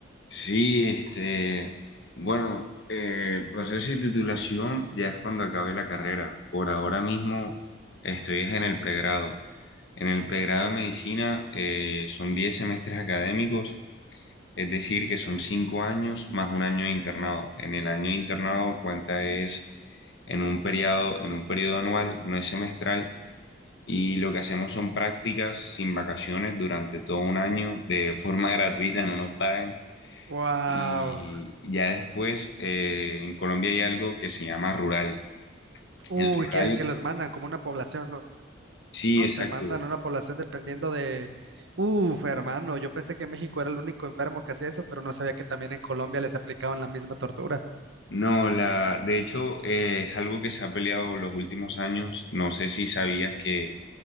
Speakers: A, on the left; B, on the right.
A: Sí, este, bueno, eh, el proceso de titulación ya es cuando acabe la carrera. Por ahora mismo estoy es en el pregrado. En el pregrado de medicina eh, son 10 semestres académicos, es decir, que son 5 años más un año de internado. En el año de internado cuenta es en un periodo, en un periodo anual, no es semestral, y lo que hacemos son prácticas sin vacaciones durante todo un año de forma <laughs> gratuita, no nos pagan
B: Wow.
A: Y ya después, eh, en Colombia hay algo que se llama rural.
B: Uy,
A: El rural,
B: que, que los mandan como una población, ¿no?
A: sí,
B: ¿No?
A: exacto.
B: Te mandan una población dependiendo de... Uf, hermano, yo pensé que México era el único enfermo que hacía eso, pero no sabía que también en Colombia les aplicaban la misma tortura.
A: No, la, de hecho, eh, es algo que se ha peleado los últimos años. No sé si sabías que